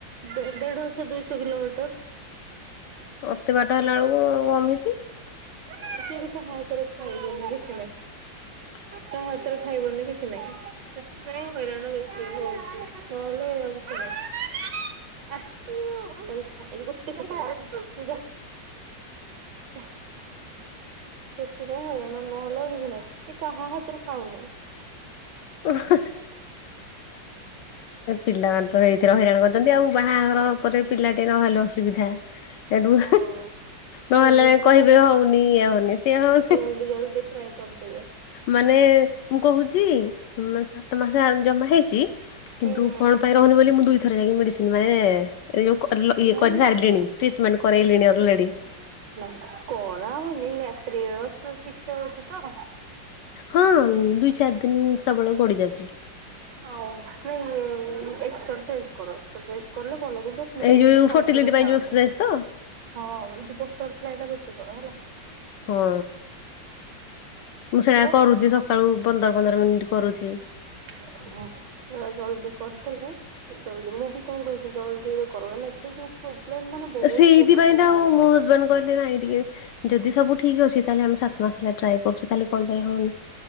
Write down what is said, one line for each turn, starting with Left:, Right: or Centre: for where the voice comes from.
Right: ଦେ ଦେଢ଼ଶହ ଦୁଇଶହ କିଲୋମିଟର
Left: ଅତି ବାଟ ହେଲା ବେଳକୁ ଆଉ କମ ହେଇଛି,
Right: ସିଏ ବି କାହା ହାତରେ ଖାଇବନି କିଛି ନହିଁ।
Left: <inaudible>
Right: କାହା ହାତରେ ଖାଇବନି କିଛି ନହିଁ, ସେଥିପାଇଁ ହଇରାଣ ବେଶି ହଉଛି ନହେଲେ ଆଉ କିଛି ନାହିଁ।
Left: <inaudible>
Right: ଆଃ ତାକୁ ଛାଡିବି, ଗୋଟେ ସେକେଣ୍ଡ, ଗୋଟେ ସେକେଣ୍ଡ <inaudible> ସେଥିପାଇଁ ହଇରାଣ ନହେଲେ ଆଉ କିଛି ନହିଁ, ଏ କାହା ହାତରୁ ଖାଉନେଇ
Left: <unintelligible> ପିଲାମାନେ ତ ଏଇଥିରେ ହଇରାଣ କରୁଛନ୍ତି ଆଉ, ବାହାଘର ପରେ ପିଲା ଟେ ନହେଲ ଆସୁ ଅସୁବିଧା, ଏଠୁ
Right: ହଁ
Left: ନହେଲେ
Right: ସେଇଟା
Left: କହିବେ ହଉନି ଇଏ ହଉନି ସିଏ ହଉନି
Right: <unintelligible> ଟ୍ରାଇ କରିଦେବେ।
Left: ମାନେ ମୁଁ କହୁଛି, ମ ସାତ ମାସ ଜମା ହେଇଛି। କିନ୍ତୁ,
Right: ହୁଁ
Left: କଣ ପାଇଁ ରହୁନି ବୋଲି ମୁଁ ଦୁଇଥର ଯାଇକି ମେଡିସିନି ମାନେ ଯୋଉ କରଲ ଇଏ
Right: ନା
Left: କରି
Right: ନା
Left: ସାରିଲିଣି। ଟ୍ରିଟମେଣ୍ଟ କରାଇଲିଣି ଅଲରେଡ଼ି।
Right: ନା କରା ହଉନି, ନା ପ୍ରିୟଡ୍‌ସ୍‌ ଠିକ ସେ ହଉଛି ତ?
Left: ହଁ ଦୁଇ ଚାରି ଦିନ ସବୁବେଳେ ଗଡି ଯାଉଛି।
Right: ହଉ ନାଇଁ ଏକ୍ସରସାଇଜ୍ କର କରିଲେ ଭଲ କିନ୍ତୁ ମେଡିସିନ
Left: ଏଇ ଯୋଉ
Right: ଖାଲତୁ
Left: ଫର୍ଟିଲିଟି
Right: ରେ
Left: ପାଇଁ
Right: ଖାାଉନି
Left: ଯୋଉ ଏକ୍ସରସାଇଜ ତ
Right: ହଁ ଯ ବଟରଫ୍ଲାଏ ଟା ବେଶୀ କର ହେଲା।
Left: ହଁ ମୁଁ ସେଇଟା
Right: <inaudible>
Left: ସକାଳୁ ପନ୍ଦର ପନ୍ଦର ମିନିଟ୍ କରୁଛି।
Right: <inaudible> ଜଲ୍ଦି କରିଦେଲେ ଜଲଦି ମୁଁ ବି ତମକୁ କହିି ଜଲଦି କର ଏବେ ଯଉ ପ୍ରୋବ୍ଲେମ ମାନେ ବହୁତ
Left: ସେଇଥିପାଇଁ
Right: ପ୍ରୋବ୍ଲେମ ହେଲାଣି।
Left: ତ ଆଉ ମୋ ହଜବେଣ୍ଡ କହିଲେ ନାଇ ଟିକେ ଯଦି ସବୁ ଠିକ୍ ଅଛି ତାହେଲେ ଆମେ ସାତ ମାସ ହେଲା ଟ୍ରାଏ କରୁଛୁ ତାହେଲେ କଣ ପାଇଁ ହଉନି।